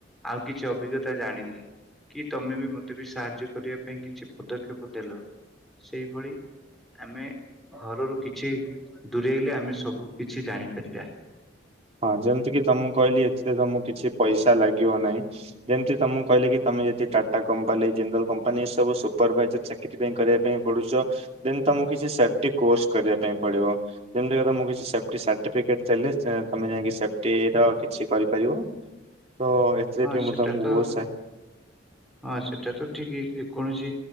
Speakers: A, in the centre; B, on the right.
A: ଆଉ କିଛି ଅଭିଜ୍ଞତା ଜାଣିଲି। କି ତମେ ବି ମତେ ବି ସାହାଯ୍ୟ କରିବା ପାଇଁ କିଛି ପଦକ୍ଷେପ ଦେଲ। ସେଇଭଳି ଆମେ ଘରରୁ କିଛି ଦୂରେଇଲେ ଆମେ ସବୁ କିଛି ଜାଣିପାରିବା।
B: ହଁ ଯେମିତି କି ତମକୁ କହିଲି ଏଥିରେ ତମକୁ କିଛି ପଇସା ଲାଗିବ ନାହିଁ। ଯେମିତି ତମକୁ କହିଲେ କି ତମେ ଯଦି ଟାଟା କମ୍ପାନୀ ଜିନ୍ଦଲ କମ୍ପାନୀ ଏ ସବୁ ସୁପରଭାଇଜର ସେଥିପାଇଁ କରିବା ପାଇଁ ପଡୁଛ। ଦେ ତମକୁ କିଛି ସେଫଟି କୋର୍ସ କରିବା ପାଇଁ ପଡିବ ଯେମିତି ତମ କିଛି ସେ ସାର୍ଟିଫିକେଟ ଚା ସେ ତମେ ଯାଇକି ସେଫଟି ର କିଛି କରିପାରିବ। ତ ଏଥିରେ
A: ହଁ
B: ବି ମୁଁ
A: ସେଟ
B: ତମକୁ
A: ତ
B: ବହୁତ ସା
A: ହଁ ସେଟା ତ ଠିକ ଯେ କୌଣସି